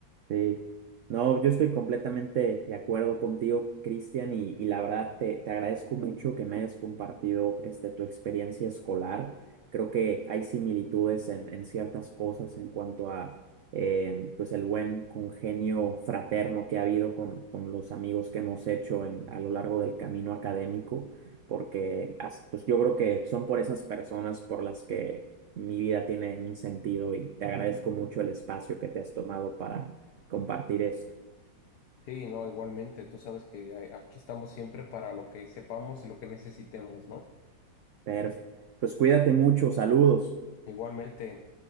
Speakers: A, on the right (about 65°); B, on the left (about 65°).
A: Sí, no, yo estoy completamente de acuerdo contigo, Cristian, y, y la verdad te, te agradezco mucho que me hayas compartido este, tu experiencia escolar. Creo que hay similitudes en, en ciertas cosas en cuanto a eh, pues el buen congenio fraterno que ha habido con, con los amigos que hemos hecho en, a lo largo del camino académico, porque as- pues yo creo que son por esas personas por las que mi vida tiene un sentido y te agradezco mucho el espacio que te has tomado para compartir esto.
B: Sí, no, igualmente, tú sabes que eh, aquí estamos siempre para lo que sepamos y lo que necesitemos, ¿no?
A: Perfecto. Pues cuídate mucho, saludos.
B: Igualmente